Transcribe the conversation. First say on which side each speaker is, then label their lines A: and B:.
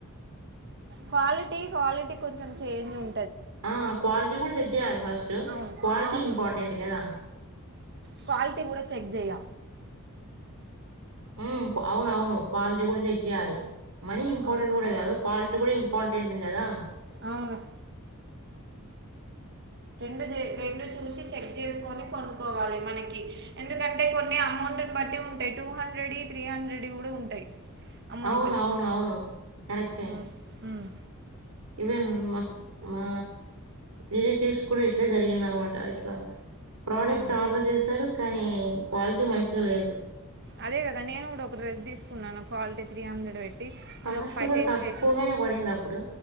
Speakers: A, on the right; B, on the right.
A: క్వాలిటీ క్వాలిటీ కొంచెం చేంజ్ ఉం
B: ఆ క్వాలిటీ కూడా చెక్ చేయాలి ఫస్ట్
A: అవును
B: క్వాలిటీ
A: అవును
B: ఇంపార్టెంట్ కదా
A: క్వాలిటీ కూడా చెక్ చెయ్య
B: ఉమ్ అవునవును క్వాలిటీ కూడా చెక్ జెయాలి మనీ ఇంపార్టెంట్
A: అవును
B: కూడా కాదు క్వాలిటీ కూడా ఇంపార్టెంట్ కదా
A: అవును రెండు చే రెండు చూసి చెక్ చేసుకొని కొనుకొవాలి మనకి ఎందుకంటే కొన్ని అమౌంట్ని బట్టి ఉంటాయి టూ హండ్రెడ్యి త్రీ హండ్రెడ్ యి కూడా ఉంటాయి అమౌంట్
B: అవును అవును అవును కరెక్టే
A: ఉమ్, ఉమ్,
B: ఈవెన్ మస్ మా రిలేటివ్స్ కూడా ఇట్లే జరిగింద అనమాట ఇట్ల ప్రడక్ట్
A: ఉమ్,
B: ఆర్డర్ చేశారు కని క్వాలిటీ మంచిగా
A: ఉమ్.
B: లేదు
A: అదే కదా నేను కూడా ఒక డ్రెస్ తీసుకున్నాను క్వాలిటీ త్రీ హండ్రెడ్ పెట్
B: కాస్ట్
A: అది ఒక ఫైవ్
B: గూడా
A: టైమ్స్
B: తక్కువగానే
A: వస
B: బడిందప్పుడు,